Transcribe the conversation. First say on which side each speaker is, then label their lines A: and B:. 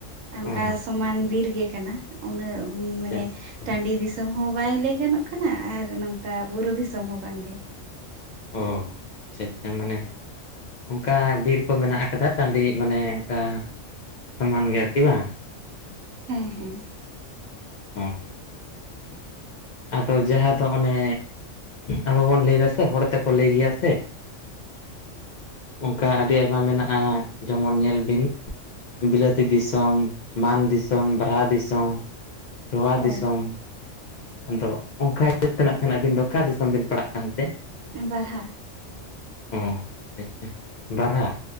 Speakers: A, on the right; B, on the left.
A: ᱚᱝᱠᱟ
B: ᱚ
A: ᱥᱚᱢᱟᱱ ᱵᱤᱨᱜᱮ ᱠᱟᱱᱟ ᱩᱱᱟᱹᱜ
B: ᱟᱪᱪᱷᱟ
A: ᱢᱟᱱᱮ
B: ᱟᱪᱪᱷᱟ ᱟᱪᱪᱷᱟ
A: ᱴᱟᱺᱰᱤ ᱫᱤᱥ ᱫᱤᱥᱚᱢ ᱦᱚᱸ ᱵᱟᱭ ᱞᱟᱹᱭ ᱜᱟᱱᱚᱜ ᱠᱟᱱᱟ ᱟᱨ ᱱᱚᱝᱠᱟ ᱵᱩᱨᱩ ᱫᱤᱥᱚᱢ ᱦᱚᱸ ᱵᱟᱝᱜᱮ
B: ᱚ ᱟᱪᱪᱷᱟ ᱟᱪᱪᱷᱟ ᱢᱟᱱᱮ ᱚᱝᱠᱟ ᱵᱤᱨ ᱠᱚ ᱢᱮᱱᱟᱜ ᱟᱠᱟᱫᱟ ᱴᱟᱺᱰᱤ ᱢᱟᱱᱮ ᱚᱝᱠᱟ ᱥᱚᱢᱟᱱ ᱜᱮ ᱟᱨᱠᱤ ᱵᱟᱝ
A: ᱦᱮᱸ ᱦᱮᱸ
B: ᱦᱸ ᱟᱫᱚ ᱡᱟᱦᱟ‌ ᱫᱚ ᱚᱱᱮ ᱟᱵᱚ ᱵᱚᱱ ᱞᱟᱹᱭ ᱫᱟᱥᱮ ᱦᱚᱲ ᱛᱮᱠᱚ ᱞᱟᱹᱭ ᱜᱮᱭᱟ ᱥᱮ ᱚᱝᱠᱟ ᱟᱹᱰᱤ ᱟᱭᱢᱟ ᱢᱮᱱᱟᱜᱼᱟ ᱡᱚᱢᱚᱱ ᱧᱮᱞ ᱵᱤᱱ ᱵᱤᱞᱟᱹᱛᱤ ᱫᱤᱥᱚᱢ ᱢᱟᱱ ᱫᱤᱥᱚᱢ ᱵᱟᱨᱦᱟ ᱫᱤᱥᱚᱢ ᱪᱚᱣᱟ
A: ᱦᱳᱭ
B: ᱫᱤᱥᱚᱢ ᱟᱫᱚ ᱚᱝᱠᱟ ᱦᱤᱥᱟᱹᱵ ᱛᱮ ᱱᱟᱹᱜ ᱠᱷᱟᱱ ᱟᱹᱵᱤᱱ ᱫᱚ ᱚᱠᱟ ᱫᱤᱥᱚᱢ ᱵᱤᱱ ᱯᱟᱲᱟᱜ ᱠᱟᱱᱛᱮ?
A: ᱵᱟᱨᱦᱟ
B: ᱚ ᱟᱪᱪᱷᱟ ᱟᱪᱪᱷᱟ ᱫᱟᱨᱦᱟ